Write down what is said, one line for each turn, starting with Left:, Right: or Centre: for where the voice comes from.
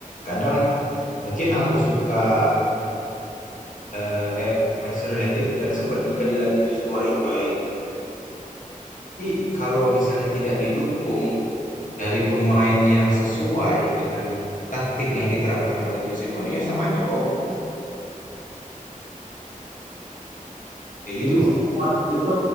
Left: Kadang mungkin aku suka eh, eh, Manchester United dan sempat juga dilatih Jose Mourinho ya gitu. Tapi kalau misalnya tidak didukung dari pemain yang sesuai dengan taktik yang diterapkan oleh Jose Mourinho sama aja bohong, Bang. Kayak
Right: Jadi
Left: gitu, Bang.
Right: squad itu